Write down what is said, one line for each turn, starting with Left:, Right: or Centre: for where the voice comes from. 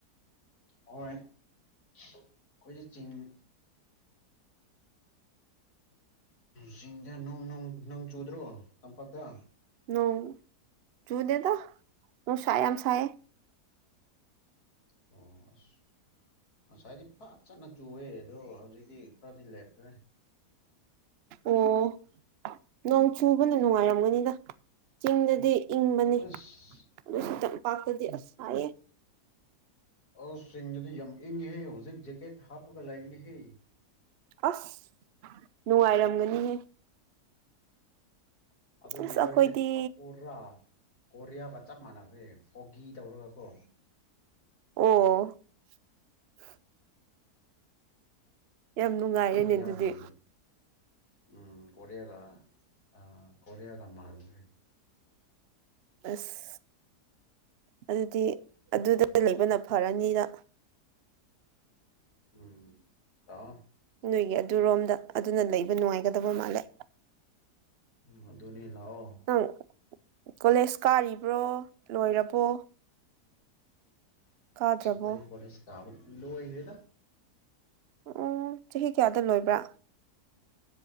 Left: ꯍꯣꯏ ꯑꯩꯈꯣꯏꯖꯦ ꯆꯤꯡ ꯆꯤꯡꯗ ꯅꯨꯡ ꯅꯨꯡ ꯅꯣꯡ ꯆꯨꯗ꯭ꯔꯣ ꯇꯝꯄꯥꯛꯇ
Right: ꯅꯣꯡ ꯆꯨꯗꯦꯗ ꯅꯨꯡꯁ ꯌꯥꯝ ꯁꯥꯏꯑꯦ
Left: ꯑꯣ ꯑꯁ ꯉꯁꯥꯏꯗꯤ ꯐꯥꯖꯅ ꯆꯨꯑꯦ ꯑꯗꯣ ꯍꯧꯖꯤꯛꯇꯤ ꯈꯔꯗꯤ ꯂꯦꯞꯈ꯭ꯔꯦ
Right: ꯑꯣ ꯅꯣꯡ ꯆꯨꯕꯅ ꯅꯨꯡꯉꯥꯏꯔꯝꯒꯅꯤꯗ ꯆꯤꯡꯗꯗꯤ ꯏꯪꯕꯅꯤ
Left: ꯑꯁ
Right: ꯑꯗꯨꯁꯨ ꯇꯝꯄꯥꯛꯇꯗꯤ ꯑꯁ ꯁꯥꯏꯌꯦ
Left: ꯑꯁ ꯆꯤꯡꯗꯗꯤ ꯌꯥꯝ ꯏꯪꯉꯦꯍꯦ ꯍꯧꯖꯤꯛ ꯖꯦꯀꯦꯠ ꯍꯥꯞꯄꯒ ꯂꯥꯏꯕꯤꯅꯤꯍꯦ
Right: ꯑꯁ ꯅꯨꯡꯉꯥꯏꯔꯝꯒꯅꯤꯍꯦ
Left: ꯑꯗꯣ
Right: ꯑꯁ
Left: ꯋꯗꯔꯁꯤꯞ
Right: ꯑꯩꯈꯣꯏꯗꯤ
Left: ꯀꯄꯣꯔꯔꯥ ꯀꯣꯔꯤꯌꯥꯒ ꯆꯞ ꯃꯥꯟꯅꯕꯅꯦ ꯍꯣꯒꯤ ꯇꯧꯔꯒ ꯀꯣ
Right: ꯑꯣ ꯌꯥꯝ ꯅꯨꯡꯉꯥꯏꯔꯦꯅꯦ
Left: ꯀꯣꯔꯤꯌꯥꯒꯤ
Right: ꯑꯗꯨꯗꯤ
Left: ꯎꯝ ꯀꯣꯔꯤꯌꯥꯒ ꯑ ꯀꯔꯤꯌꯥꯒ ꯃꯟꯈ꯭ꯔꯦ
Right: ꯑꯁ ꯑꯗꯨꯗꯤ ꯑꯗꯨꯗ ꯂꯩꯕꯅ ꯐꯔꯅꯤꯅ
Left: ꯎꯝ ꯑ
Right: ꯅꯣꯏꯒꯤ ꯑꯗꯨꯔꯣꯝꯗ ꯑꯗꯨꯅ ꯂꯩꯕ ꯅꯨꯡꯉꯥꯏꯒꯗꯕ ꯃꯥꯜꯂꯦ
Left: ꯎꯝ ꯑꯗꯨꯅꯤ ꯂꯥꯛꯑꯣ
Right: ꯅꯪ ꯀꯣꯂꯦꯖ ꯀꯥꯔꯤꯕ꯭ꯔꯣ ꯂꯣꯏꯔꯕꯣ ꯀꯥꯗ꯭ꯔꯕꯣ
Left: ꯄ ꯀꯣꯁꯤ ꯀꯕ ꯂ ꯑꯣꯏꯦꯗ
Right: ꯑꯣ ꯆꯍꯤ ꯀꯌꯥꯗ ꯂꯣꯏꯕ꯭ꯔꯥ